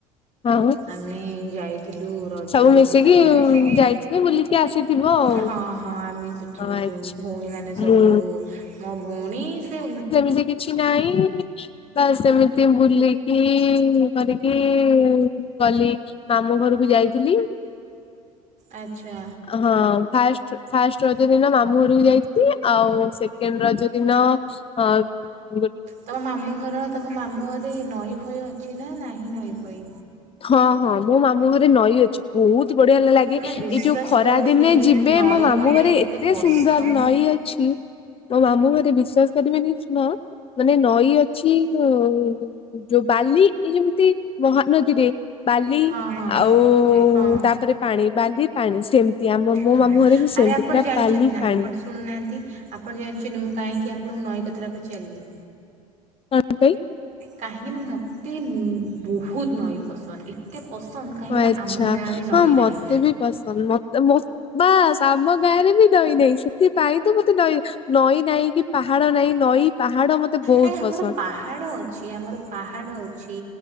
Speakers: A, on the left; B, on the right.
A: ଆଉ
B: ଆମେ ଯାଇ ଥିଲୁ ରଜରେ
A: ସବୁ ମିଶିକି
B: ବୁଲାବୁଲି କରିଆ ପାଇଁ,
A: ଯାଇଥିବେ ବୁଲିକି ଆସିଥିବ ଆଉ
B: ହଁ ହଁ ଆମେ ସେ ଏ
A: ଆଚ୍ଛା।
B: ଯୋଉ ଭଉଣୀ ମାନେ ସବୁ,
A: ହୁଁ
B: ମୋ ଭଉଣୀ ସେ
A: ସେ କିଛି ନାଇଁ ବାସ୍‌ ସେମିତି ବୁଲିକି, ଇଏ କରିକି ଗଲି। ମାମୁଁ ଘରକୁ ଯାଇଥିଲି।
B: ଆଛା।
A: ହଁ ଫାଷ୍ଟ, ଫାଷ୍ଟ ରଜ ଦିନ ମାମୁଁ ଘରକୁ ଯାଇଥିଲି ଆଉ ସେକେଣ୍ଡ ରଜ ଦିନ ହଁ
B: ତମ ମାମୁଁ ଘର, ତମ ମାମୁଁ ଘରେ ନଈ ଫଇ ଅଛି ନା, ନାହିଁ ନଈ ଫଇ?
A: ହଁ ହଁ ମୋ ମାମୁଁ ଘରେ ନଈ ଅ ବହୁତ ବଢିଆ ଲାଗେ
B: ତୁମେ ବିଶ୍ୱାସ
A: ଏଇ ଯୋଉ ଖରା
B: କରିବନି
A: ଦିନେ ଯିବେ
B: ନଈ
A: ମୋ ମାମୁଁ
B: ମୋତେ
A: ଘରେ ଏତେ
B: ପସନ୍ଦ
A: ସୁନ୍ଦର ନଈ ଅ ଛି। ମୋ ମାମୁଁ ଘରେ ବିଶ୍ଵାସ କରିବେନି ଶୁଣ ମାନେ ନଈ ଅଛି ଉଁ ଯୋଉ ବାଲି ଏ ଯେମିତି ମହାନଦୀରେ ବାଲି।
B: ହଁ ହଁ
A: ଆଉ
B: ହଁ
A: ତାପରେ ପାଣି ବାଲି ପାଣି ସେମିତି ଆମ ମୋ
B: ହଁ
A: ମାମୁଁ ଘରେ ବି ସେମିତି
B: ଆରେ ଆପଣ
A: ପୁରା
B: ଜାଣିଛନ୍ତି
A: ବାଲି
B: ନା
A: ପାଣି
B: ଆପଣ ଶୁଣୁନାହାନ୍ତି ଆପଣ ଜାଣିଛନ୍ତି ମୁଁ କାହିଁକି ଆପଣଙ୍କୁ ନଈ କଥାଟା ପଚାରଲି।
A: କଣ ପାଇଁ।
B: କାହିଁକିନା ମୋତେ ବହୁତ ନଈ ପସନ୍ଦ ଏତେ ପସନ୍ଦ କାହିଁକିନା
A: ଅ ଆଛା
B: ଆମ ଗାଁରେ ନଈ
A: ହଁ ମତେ
B: ନାହିଁ
A: ବି ପସନ୍ଦ ମତେ ମ ବାସ ଆମ ଗାଁରେ ବି ନଈ ନାହିଁ ସେଥିପାଇଁ ତ ମତେ ନଈ ନଈ ନହିଁ କି ପାହାଡ ନାହିଁ ନଈ ପାହାଡ ମତେ ବହୁତ
B: ଏ ଆମର
A: ପସନ୍ଦ
B: ପାହାଡ଼ ଅଛି ଆମର ପାହାଡ଼ ଅଛି